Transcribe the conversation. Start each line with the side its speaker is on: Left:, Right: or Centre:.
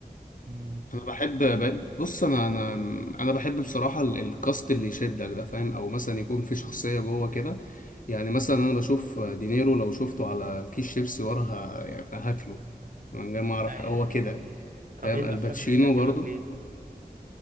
Right: امم
Left: انا بحب بحب- بص انا انا انا بحب بصراحه ال- الكاست اللي يشدك ده فاهم او مثلا يكون في شخصيه
Right: امم
Left: جوه كده يعني مثلا انا بشوف دينيرو لو شفته على كيس شيبسي ورا ه- يعني هاكله من غير ما اعرف
Right: أي- أي.
Left: ح- هو كده
Right: طب
Left: فاهم
Right: إيه الأفلام
Left: الباتشينو
Right: اللي بتعجبك
Left: برضو
Right: ليه؟